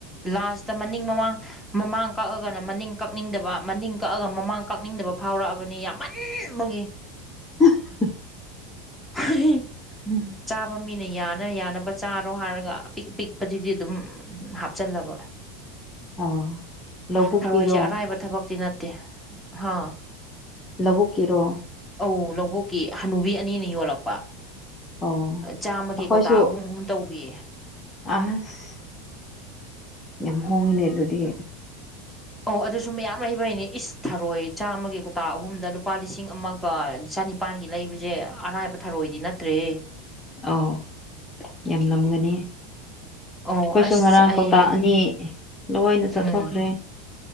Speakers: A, in the centre; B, on the left.
A: ꯂꯥꯁꯇ ꯃꯅꯤꯡ ꯃꯃꯥꯡ ꯃꯃꯥꯡ ꯀꯛꯑꯒꯅ ꯃꯅꯤꯡ ꯀꯛꯅꯤꯡꯗꯕ ꯃꯅꯤꯡ ꯀꯛꯑꯒ ꯃꯃꯥꯡ ꯀꯛꯅꯤꯡꯗꯕ ꯐꯥꯎꯔꯛꯑꯕꯅꯤ ꯌꯥꯝꯃꯟ <unintelligible> ꯕꯡꯒꯤ
B: ꯎꯝ
A: ꯍꯦ ꯍꯦ
B: ꯎꯝ
A: ꯆꯥꯕ ꯃꯤꯅ ꯌꯥꯅ ꯌꯥꯅꯕ ꯆꯥꯔꯣ ꯍꯥꯏꯔꯒ ꯑꯄꯤꯛ ꯑꯄꯤꯛꯄꯁꯤꯗꯤ ꯑꯗꯨꯝ ꯍꯥꯞ ꯆꯜꯂꯕ
B: ꯑꯣ ꯂꯧꯕꯨꯛꯀꯤꯔꯣ
A: ꯊꯔꯣꯏꯁꯦ ꯑꯔꯥꯏꯕ ꯊꯕꯛꯇꯤ ꯅꯠꯇꯦ ꯍꯥ
B: ꯂꯧꯕꯨꯛꯀꯤꯔꯣ
A: ꯑꯧ ꯂꯧꯕꯨꯛꯀꯤ ꯍꯅꯨꯕꯤ ꯑꯅꯤꯅ ꯌꯣꯜꯂꯛꯄ꯫
B: ꯑꯣ
A: ꯆꯥꯝꯃꯒꯤ
B: ꯑꯩꯈꯣꯏꯁꯨ
A: ꯀꯧꯇꯥ ꯑꯍꯨꯝ ꯑꯍꯨꯝ ꯇꯧꯕꯤ꯫
B: ꯑꯁ ꯌꯥꯝ ꯍꯣꯡꯉꯤꯅꯦ ꯑꯗꯨꯗꯤ꯫
A: ꯑꯧ ꯑꯗꯨꯁꯨ ꯃꯌꯥꯝ ꯂꯩꯩꯕꯩꯅꯦ ꯏꯁ ꯊꯔꯣꯏ ꯆꯥꯝꯃꯒꯤ ꯀꯧꯇꯥ ꯑꯍꯨꯝꯗ ꯂꯨꯄꯥ ꯂꯤꯁꯤꯡ ꯑꯃ ꯒ ꯆꯅꯤꯄꯥꯥꯟꯒꯤ ꯂꯩꯕꯁꯦ ꯑꯔꯥꯏꯕ ꯊꯔꯣꯏꯗꯤ ꯅꯠꯇ꯭ꯔꯦꯍꯦ꯫
B: ꯑꯥꯎ ꯌꯥꯝ ꯃꯝꯒꯅꯤ
A: ꯑꯧ
B: ꯑꯩꯈꯣꯏꯁꯨ
A: ꯑꯁ
B: ꯉꯔꯥꯡ
A: ꯑꯩ
B: ꯀꯧꯇꯥ ꯑꯅꯤ ꯂꯣꯏꯅ ꯆꯥꯊꯣꯛꯈ꯭ꯔꯦ꯫
A: ꯎꯝ